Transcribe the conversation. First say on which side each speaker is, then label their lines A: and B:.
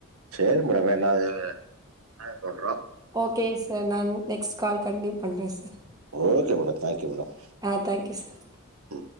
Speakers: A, on the right; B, on the right.
A: சேரி மேடம் என்னது நா சொல்றோ
B: ஓகே சார் நான் நெக்ஸ்ட் கால் கண்டியூ பண்றே sir
A: okay madam thank you madam
B: ஆ தேங்க் யூ சார்
A: ம்.